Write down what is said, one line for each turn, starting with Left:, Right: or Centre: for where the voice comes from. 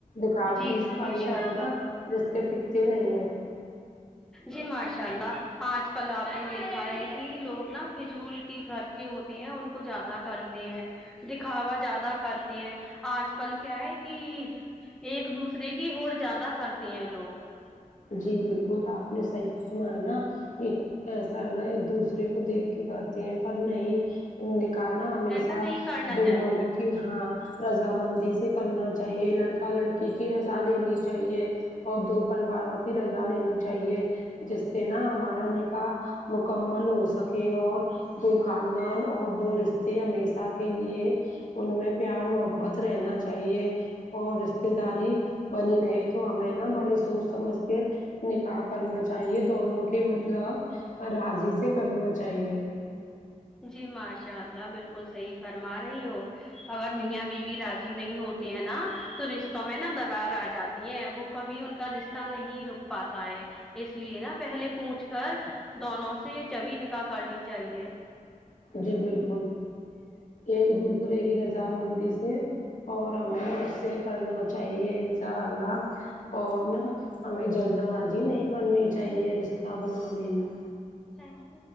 Left: دکھاوٹی
Centre: جی جی ماشاء
Left: کرنے سے
Centre: اللہ
Left: نا رستے ٹکتے نہیں ہیں
Centre: جی ماش اشاء اللہ آج کل آپ نے دیکھا ہے کہ لوگ نا فضول کی خرچے ہوت تے ہیں ان کو زیادہ کرتے ہیں دکھاوا زیادہ کرتے ہیں آج کل کیا ہے کی ایک دوسرے کی ہوڑ زیادہ کرتی ہیں لوگ
Left: جی بالکل آپ نے صحیح فما نا ایسا ہے نا ایک دوسرے کو دیکھ کے کرتے ہیں پر نہیں نکاح نہ ہمیشہ
Centre: ایسا نہیں کرنا
Left: دو
Centre: چاہیے
Left: لوگوں کی ہاں رضا مندی سے کرنا چاہیے لڑکا لڑکی کی رضا لینی چاہیے اور دو پریواروں کی رضا لینی چاہیے جس سے نا ہمارا نکاح مکمل ہو سکے اور دو خاندان اور دو رشتے ہمیشہ کے لیے ان میں پیار محبت رہنا چاہیے اور رشتے داری بنی رہے تو ہمیں نا بڑے سوچ سمج نکاح کرنا چاہیے دونوں کے مطلب راضی سے کرنا چاہیے
Centre: جی ماشاء اللہ بالکل صحیح فرما رہی ہو اگر میاں بیوی راضی نہیں ہوتے ہیں نا تو رشتوں میں نا درار آ جا تی وہ کبھی ان کا رشتہ نہیں رک پاتا ہے اس لیے نا پہلے پوچھ کر دونوں سے جبھی نکاح کرنی چاہیے
Left: جی بالکل ایک دوسرے کی رضامندی سے اور ہمیں اس سے کرنا چاہیے انساء اللہ اور نہ ہمیں جلد باجی نہیں کرنی چاہیے رشتہ بنانے میں
Centre: تھینک